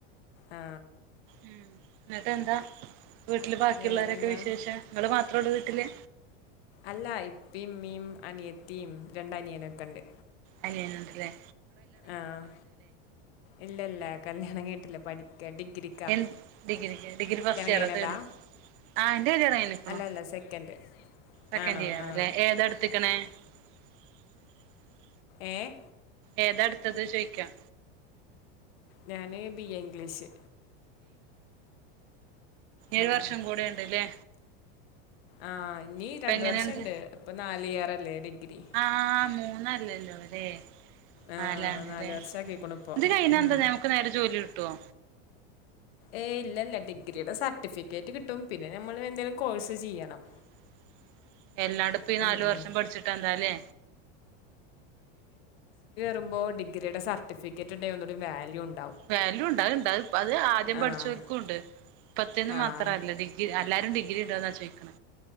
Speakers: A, on the left; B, on the right.
A: ആ
B: ഉ എന്നക്ക എന്താ വീട്ടില് ബാക്കിയുള്ളവരൊക്കെ
A: വേറെന്താ
B: വിശേഷ നിങ്ങള് മാത്രേ ഉള്ളൂ വീട്ടില്
A: അല്ല ഇപ്പമ്മീം അനിയത്തീയും രണ്ട അനിയനൊക്കെണ്ട്
B: അല്ലന്നണ്ടല്ലേ
A: ആഹ് ഇല്ല ഇല്ല കല്യാണം കേട്ടില്ല പഠിക്ക ഡിഗ്രി
B: എ ഡിഗ്രി ഡിഗ്രി ഫസ്റ്റ് ഇയർ
A: കഴിഞ്ഞതാ
B: തേർഡ്ർ ആഹ എന്റെ കര്റങ്ങല്ല ഇപ്പണോ
A: അല്ല അല്ല സെക്കൻഡ്
B: സെക്കൻഡ്
A: ആണോ
B: ഇയർല്ലേ
A: ആ
B: ഏതടുത്തക്ക <unintelligible>
A: ഏ
B: ഏത അടുത്തത് ചോയിിക്കാം
A: ഞാന് ബി എ ഇംഗ്ലീഷ്
B: ഏഴ്
A: ആഹ്
B: വർഷം കൂടെ ഉണ്ട്ല്ലേ
A: ആഹ് ഇനി
B: ഇപ്പൊ
A: രണ്ട
B: എങ്ങനെയുണ്ട്
A: വർഷം ഇണ്ട് ഇപ്പൊ നാല് ഇയർല്ലേ ഡിഗ്രി
B: ആഹ് മൂന്നല്ലല്ലോ അതേ
A: ആഹ്
B: ആാലാണല്ലേ
A: നാല് വർഷാക്കിക്ക്ണ് ഇപ്പോ
B: ഇത് കഴിഞ്ഞ
A: ഉം
B: എന്താ നഞമക്ക് നേരെ ജോലി കിട്ടുവോ
A: ഏ ഇല്ല ഇല്ല ഡിഗ്രിയുടെ സർട്ടിഫിക്കറ്റ് കിട്ടും പിന്നെ നമ്മള് എന്തെങ്കലും കോഴ്സ് ചെയ്യണം
B: ഉ <unintelligible> എല്ലാണ്ട്പ്പ നാലു
A: അങ്ങനെ
B: വർഷം പഠിച്ചിട്ട് എന്താലേ
A: വമ്പോ ഡിഗ്രിയുടെ സർട്ടിഫിക്കറ്റ് ഉ എന്നൊ ഒരു വാല്യു ഉണ്ട്
B: വാല്യൂ ഇണ്ടാ ഇണ്ട അത് ആദ്യം
A: ആഹ്
B: പഠിച്ചവർക്കുംുണ്ട് ഇപ്പത്തേന്ന്
A: ആഹ്
B: മാത്രല്ല ഡിഗ്രി എല്ലാരും ഡിഗ്രി ഉണ്ടോന്നാ ചോദിക്കണ